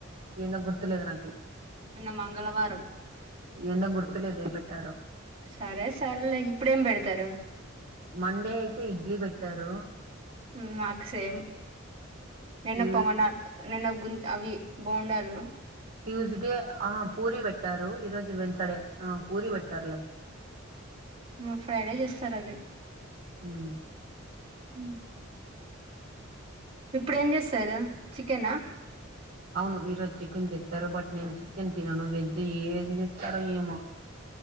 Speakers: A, on the right; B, on the right.
A: ఏందో గుర్తులేదు నాకి
B: నిన్న మంగళవారం
A: ఎందో గుర్తులేదు ఏం పెట్టారో
B: సరే సర్లే ఇప్పుడేం పెడతారు
A: మండే అయితే ఇడ్లీ పెట్టారు
B: మ్మ్ మాకు సేమ్ వెన్న
A: ట్యూ
B: పొంగనాల్ నేనవ్ గుంత అవి బొండాలు
A: ట్యూస్డే ఆ పూరి పెట్టారు ఈరోజు వెన్సడే ఆ పూరి పెట్టార్లే
B: మాక్ ఫ్రైడే చేస్తారది
A: మ్మ్
B: మ్మ్ ఇప్పుడేం చేస్తారు చికెనా
A: అవును ఈరోజు చికెన్ జెస్తారు బట్ నేను చికెన్ తినను వెజ్ ఏం జేస్తారో ఏమో